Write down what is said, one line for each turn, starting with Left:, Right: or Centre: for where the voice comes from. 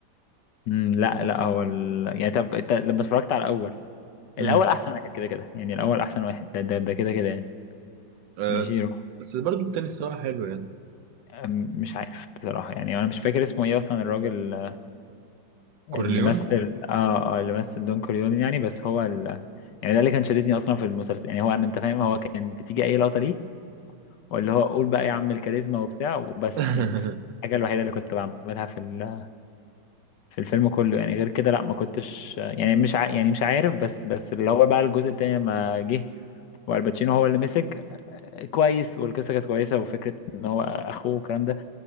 Left: امم لا لا هو ال... يعني طب انت لما اتفرجت على الاول الاول
Right: امم
Left: احسن واحد كده كده يعني الاول احسن واحد ده ده ده كده كده يعني.
Right: آه
Left: ماشي رو-
Right: بس برضه التاني الصراحة حلو يعني
Left: أم- مش عارف بصراحة يعني أنا مش فاكر اسمه إيه أصلا الراجل آه،
Right: كورليون
Left: اللي مثل آه آه اللي مثل دون كوريون يعني بس هو ال... يعني ده اللي كان شددني أصلا في المسلسل يعني هو أنا أنت فاهم هو كان بتيجي أي لقطة ليه واللي هو قول بقى يا عم الكاريزما وبتاع وبس
Right: <laughs>
Left: يعني أنت فاهم؟ الحاجة الوحيدة اللي كنت بعملها في ال... في الفيلم كله يعني غير كده لا ما كنتش يعني مش ع... يعني مش عارف بس بس اللي هو بقى الجزء التاني لما جه والباتشينو هو اللي مسك آه، كويس والقصة كانت كويسة وفكرة إن هو أخوه والكلام ده